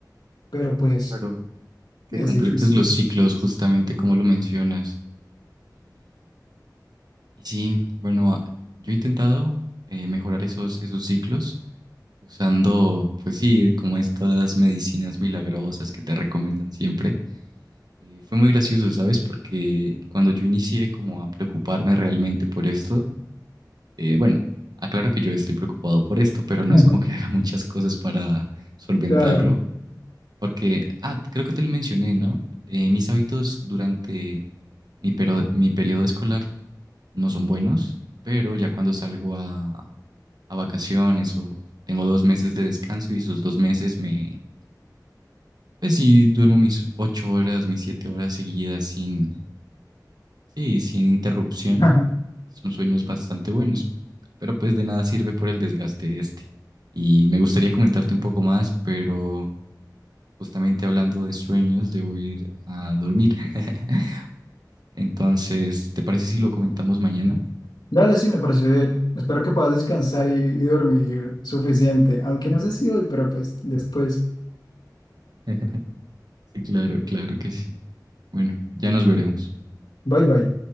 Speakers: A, on the left; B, on the right.
A: pero pues
B: Claro, que
A: es
B: completes
A: difícil.
B: los ciclos justamente como lo mencionas. Y sí, bueno, a- yo he intentado eh, mejorar esos, esos ciclos usando, pues sí, como estas medicinas milagrosas que te recomiendan siempre. Eh, fue muy gracioso, ¿sabes? Porque cuando yo inicié como a preocuparme realmente por esto, eh, bueno, aclaro que yo estoy preocupado por esto, pero
A: <laughs>
B: no es como que <laughs> haga muchas cosas para solventarlo,
A: Claro.
B: porque, ah, creo que te lo mencioné, ¿no? Eh, mis hábitos durante mi, pero- mi periodo escolar no son buenos, pero ya cuando salgo a, a vacaciones o tengo dos meses de descanso y esos dos meses me, pues sí, duermo mis ocho horas, mis siete horas seguidas sin, sí, sin interrupción.
A: Ajá.
B: Son sueños bastante buenos, pero pues de nada sirve por el desgaste este. Y me gustaría comentarte un poco más, pero justamente hablando de sueños, debo ir a dormir. <laughs> Entonces, ¿te parece si lo comentamos mañana?
A: Dale, sí, me parece bien. Espero que puedas descansar y y dormir suficiente, aunque no sé si hoy, pero pues después.
B: <laughs> Sí, claro, claro que sí. Bueno, ya nos veremos.
A: Bye bye.